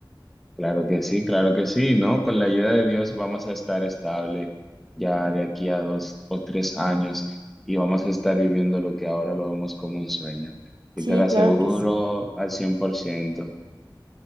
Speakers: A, in the centre; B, on the right (about 60°).
A: Claro que sí, claro que sí, ¿no? Con la ayuda de Dios vamos a estar estable ya de aquí a dos o tres años y vamos a estar viviendo lo que ahora lo vemos como un sueño. Y
B: Sí,
A: te lo aseguro
B: claro que sí.
A: al cien por ciento.